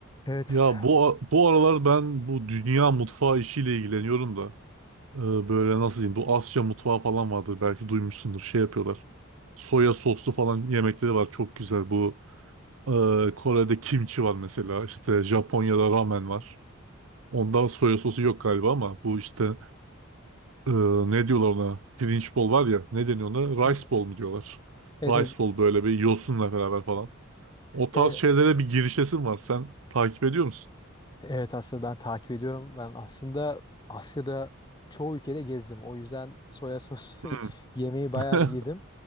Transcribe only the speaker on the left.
Evet.
Hmm.
Evet,
evet,
E,
evet aslında ben takip ediyorum. Ben aslında Asya'da çoğu ülkede gezdim. O yüzden soya sosu
<laughs> yemeği bayağı
bir yedim.